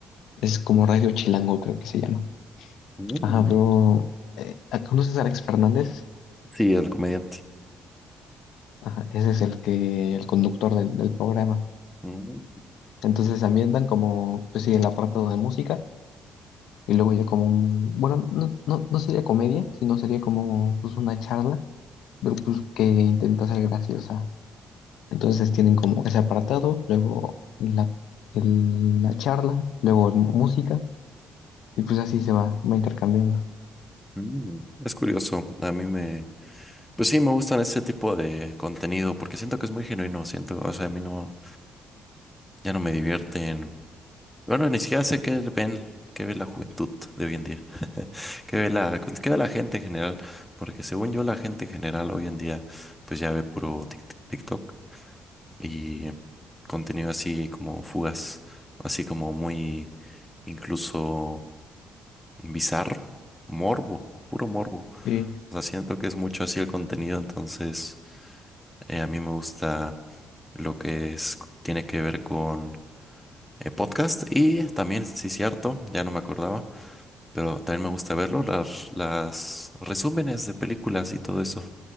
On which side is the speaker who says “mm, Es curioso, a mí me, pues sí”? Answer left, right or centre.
Centre